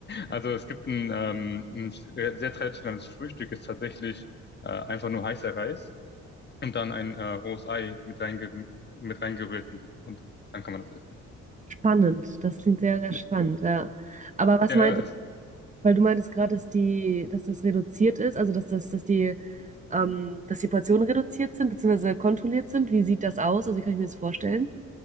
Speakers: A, on the left; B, on the right.
A: also es gibt ein, ähm, ein sehr sehr traditionelles Frühstück, ist tatsächlich äh, einfach nur heißer Reis und dann ein äh, rohes Ei mit reinge mit reingerührt und dann kann man das essen.
B: spannend. Das klingt sehr, sehr
A: Ja,
B: spannend, ja. Aber was
A: ja,
B: meintest,
A: es-
B: weil du meintest gerade, dass die, dass das reduziert ist, also dass das, dass die, ähm, dass die Portionen reduziert sind, beziehungsweise kontrolliert sind. Wie sieht das aus? Also wie kann ich mir das vorstellen?